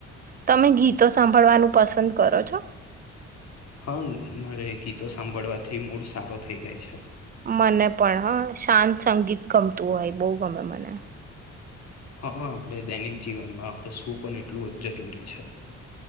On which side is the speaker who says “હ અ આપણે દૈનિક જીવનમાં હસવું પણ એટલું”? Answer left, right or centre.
Left